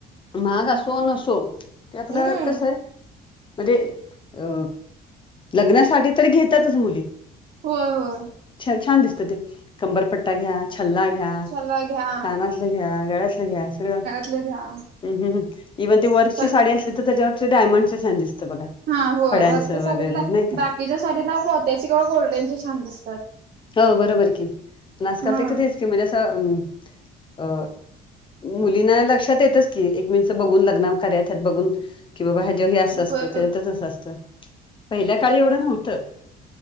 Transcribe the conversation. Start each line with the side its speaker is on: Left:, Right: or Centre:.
Left: महाग असो नसो ते आपला
Right: हम्म
Left: कसं आहे. म्हणजे अ लग्नासाठी तरी घेतातच मुली.
Right: होय होय.
Left: छान छान दिसत ते कंबरपट्टा घ्या छल्ला घ्या,
Right: चला घ्या
Left: कानातलं घ्या गळ्यातलं घ्या सगळं
Right: ल घ्या
Left: हमम इवन ते वर्कची
Right: सगळं
Left: साडी असली तर, त्याच्यावर ते डायमंडच छान दिसत बघा.
Right: हा होय,
Left: खड्यांचं
Right: वर्कच्या साडीला
Left: वगैरे नाही का
Right: बाकीच्या साडींना मोत्याचे किंवा गोल्डनचे छान दिसतात.
Left: हो, बरोबर की पण आजकाल
Right: हा.
Left: ते कितीच की म्हणजे असं अ अ मुलींना लक्षात येतच की, एकमेकी बघून लग्न कार्यात बघून कि बाबा हेजावर हे असं असतं,
Right: होय
Left: त्याच्या वर ते असं असतं पहिल्या काळी एवढं नव्हत.